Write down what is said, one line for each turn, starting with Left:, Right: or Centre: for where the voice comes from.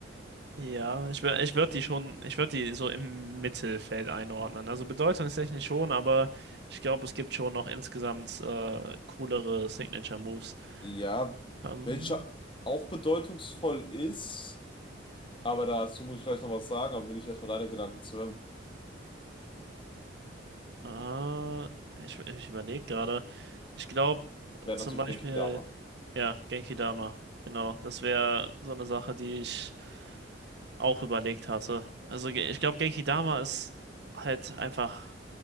Right: ja, ich, wür- ich würde die schon, ich würde die so im Mittelfeld einordnen. Also bedeutungstechnisch schon, aber ich glaube, es gibt schon noch insgesamt äh, coolere Signature Moves.
Left: Ja,
Right: Ähm,
Left: welcher auch bedeutungsvoll ist, aber dazu muss ich gleich noch was sagen, aber will ich erstmal deine Gedanken zu hören,
Right: äh, ich ich überlege gerade. Ich glaube
Left: wäre
Right: zum
Left: natürlich
Right: Beispiel,
Left: Genki Dama.
Right: ja, Genki Dama. Genau, das wäre so eine Sache, die ich auch überlegt hatte. Also ge- ich glaube, Genkidama ist halt einfach